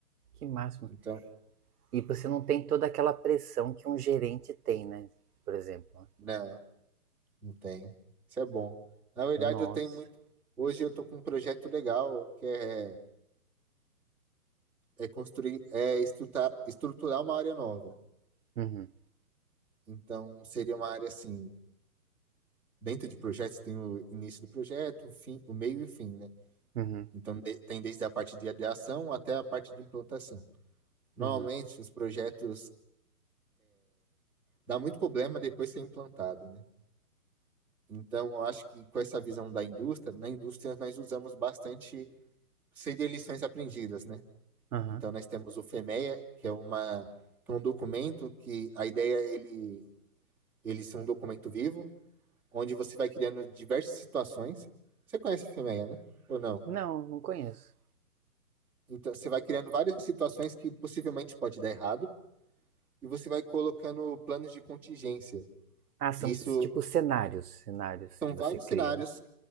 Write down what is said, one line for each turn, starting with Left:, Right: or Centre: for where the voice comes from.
Right: Que máximo.
Centre: Então,
Right: E você não tem toda aquela pressão que um gerente tem, né? Por exemplo. né?
Centre: não, não tenho. Isso é bom. Na verdade,
Right: Nossa.
Centre: eu tenho muito. Hoje eu tô com um projeto legal que é é construir, é estruturar, estruturar uma área nova.
Right: Uhum,
Centre: Então, seria uma área assim, dentro de projetos tem o início do projeto, o fim, o meio e o fim, né?
Right: uhum,
Centre: Então, de- tem desde a parte de ideação até a parte de implantação. Normalmente,
Right: uhum,
Centre: os projetos dá muito problema depois que é implantado, né? Então, eu acho que com essa visão da indústria, na indústria nós usamos bastante seria lições aprendidas, né?
Right: aham.
Centre: Então, nós temos o FEMEA, que é uma que é um documento que a ideia é ele ele ser um documento vivo, onde você vai criando diversas situações. Você conhece o filme né? Ou não?
Right: Não, não conheço.
Centre: Então, você vai criando várias situações que possivelmente pode dar errado e você vai colocando planos de contingência.
Right: Ah, são
Centre: Isso
Right: tipo cenários, cenários
Centre: são
Right: que
Centre: vários
Right: você cria,
Centre: cenários,
Right: né?